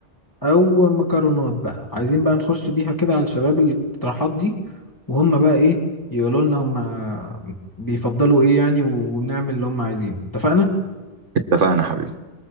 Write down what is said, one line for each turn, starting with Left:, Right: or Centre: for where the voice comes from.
Left: أو مكرونات بقى عايزين بقى نخش بيها كده على الشباب الاقتراحات دي وهم بقى إيه يقولوا لنا هم بيفضلوا إيه يعني ونعمل اللي هم عايزينه اتفقنا؟
Right: اتفقنا يا حبيبي